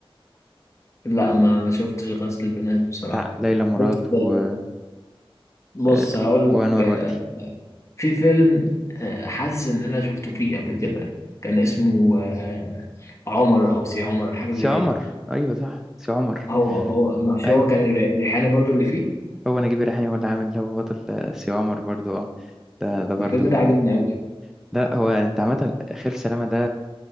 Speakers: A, on the left (about 30°); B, in the centre.
A: لا ما ما شفتش غزل البنات بصراحه
B: بتاع ليلى مراد
A: شفت
B: و
A: بص
B: آه،
A: هقول لك
B: وأنور
A: آه،
B: وجدي
A: في فيلم آه، حاسس ان انا شفته فيه قبل كده كان اسمه آه، عمر او سي عمر حاجه زي
B: سي
A: كده
B: عمر أيوه صح سي عمر
A: هو هو مش
B: أيوه
A: هو كان الر- ريحانه برضو اللي فيه
B: هو نجيب ريحاني هو اللي عامل هو بطل آه، سي عمر برضو آه ده ده برضو
A: الفيلم ده عجبني
B: آه،
A: قوي
B: لا هو أنت عامة خير في سلامة ده